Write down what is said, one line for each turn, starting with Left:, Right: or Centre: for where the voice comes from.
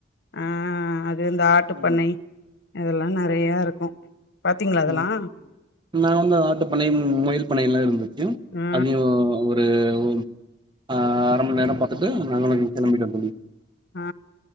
Left: ஆ அது இது இந்த ஆட்டு
Right: ம்
Left: பண்ணை இதெல்லா நெறையா இருக்கு பாத்தீங்களா அதெல்லா
Right: உம் நா வந்து ஆட்டு பண்ண முயல் <unintelligible> இருந்தது ம்
Left: ஆ
Right: அதியு ஒரு <unintelligible> அர மண் நேரோ பாத்துட்டு நாங்களு கிளம்பிட்டோ தோழி
Left: ஆ